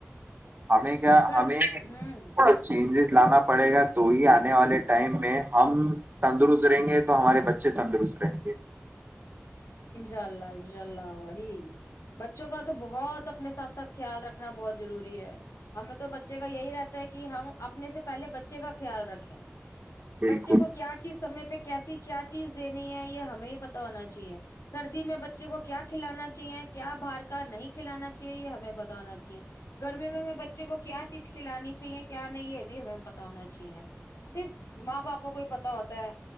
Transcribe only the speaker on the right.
ہمیں کیا
ہمیں
کچھ چینجز لانا پڑے گا تو ہی آنے والے ٹائم میں ہم تندرست رہیں گے تو ہمارے بچے تندرست رہیں گے
بالکل